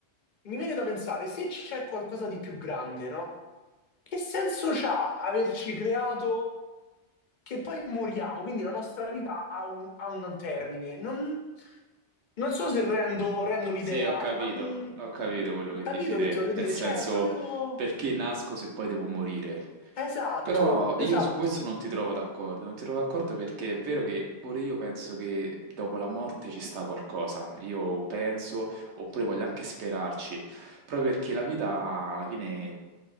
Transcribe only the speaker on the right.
Sì, ho capito,
ho capito quello che
dici te,
nel
senso
perché nasco se poi devo morire.
Però
io su questo non ti trovo d'accordo, non ti trovo d'accordo perché è vero che pure io penso che dopo la morte ci sta qualcosa, io penso, oppure voglio anche sperarci, proprio perché la vita alla fine